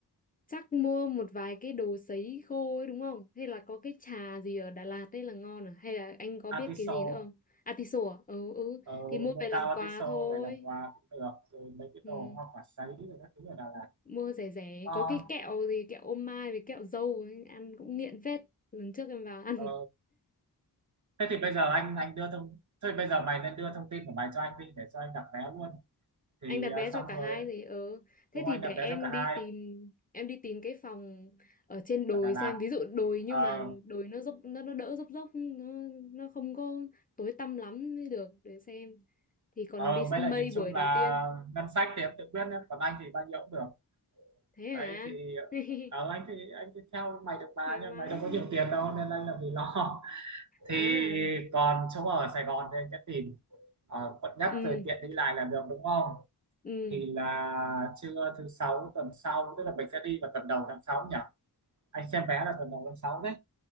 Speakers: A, on the left; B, on the right.
A: chắc mua một vài cái đồ sấy khô ấy đúng không hay là có cái trà gì ở Đà Lạt đấy là ngon à hay là anh có biết
B: Artiso,
A: cái gì nữa không atiso à ừ ừ
B: ờ,
A: thì mua
B: mua
A: về làm
B: cao artiso
A: quà thôi
B: về làm quà cũng được, rồi mấy cái
A: ừ.
B: đồ hoa quả sấy rồi các thứ ở Đà Lạt
A: mua rẻ rẻ
B: cũng ngon.
A: có cái kẹo gì kẹo ô mai với kẹo dâu ấy, ăn cũng nghiện phết lần trước em vào ăn
B: Ờ, thế thì bây giờ anh anh đưa thông, thôi bây giờ mày nên đưa thông tin của mày cho anh đi để cho anh đặt vé luôn thì
A: anh đặt
B: à,
A: vé cho
B: xong
A: cả
B: rồi
A: hai thì ờ thế
B: đúng không
A: thì
B: anh
A: để
B: đặt
A: em
B: vé cho cả
A: đi
B: hai
A: tìm em đi tìm cái phòng ở trên đồi
B: ở Đà Lạt
A: xem ví dụ đồi nhưng
B: ờ
A: mà đồi nó dốc nó nó đỡ dốc dốc nó nó không có tối tăm lắm mới được để xem thì còn
B: ờ
A: đi săn
B: mấy là
A: mây
B: nhìn
A: buổi
B: chung
A: đầu
B: là
A: tiên
B: ngân sách thì em tự quyết nhé còn anh thì bao nhiêu cũng được
A: thế
B: đấy
A: hả
B: thì
A: <laughs>
B: ờ anh thì anh thì theo mày được bà
A: thoải
B: nhưng
A: mái
B: mày đâu có nhiều tiền đâu nên anh làm gì lo <laughs> thì
A: à
B: còn chỗ ở Sài Gòn thì anh sẽ tìm ở quận nhất
A: ừ
B: rồi tiện đi lại là được đúng không
A: ừ
B: thì là trưa thứ sáu tuần sau tức là mình sẽ đi vào tuần đầu tháng 6 nhỉ anh xem vé là tuần đầu tháng 6 đấy